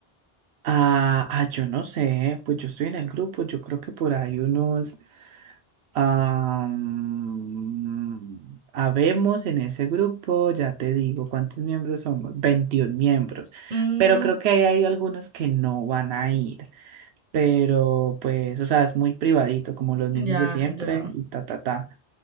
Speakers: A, on the right (about 85°); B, on the right (about 45°).
A: Ah, ah, yo no sé, pues yo estoy en el grupo, yo creo que por ahí unos... ah, mm, habemos en ese grupo, ya te digo cuántos miembros somos, 21 miembros,
B: Mm,
A: pero creo que ahí hay algunos que no van a ir. pero pues, o sea, es muy privadito, como los mismos
B: ya,
A: de siempre,
B: ya.
A: y ta, ta, ta.